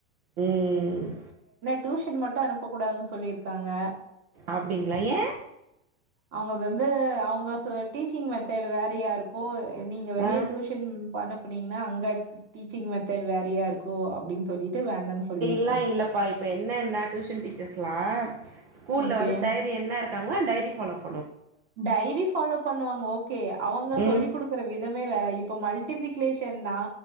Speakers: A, on the right (about 45°); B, on the right (about 25°).
A: ம் ம் ம்
B: டியூஷன் மட்டு அனுப்ப கூடாதுனு சொல்லிருக்காங்க
A: அப்டிங்களா ஏ
B: அவுங்கக வந்து அவுங்க ச டீச்சிங் மெத் தேடு வேறயா இருக்கு நீங்க வெளிய
A: ஆ
B: டியூஷன் ப அனுப்புனீங்கனா அங்க டீச்சிங் மெத்தட் வேறையா இருக்கு அப்டினு சொல்லிட்டு வேண்டானு சொல்லிரு
A: அப்டிலா இல்லப்பா இப்ப என்னனா டியூஷன் டீச்சர்ஸ்லா ஸ்கூல்ல
B: ஓகே.
A: வந்து டைரி என்ன இருக் காங்களா டைரி ஃபாலோப்
B: டைரி ஃபாலோ பண்ணுவாங்க ஓகே அவுங்க
A: ம்
B: சொல்லிக் குடுக்குற விதமே வேற இப்போ மல்டிபிகிலேஷன் நா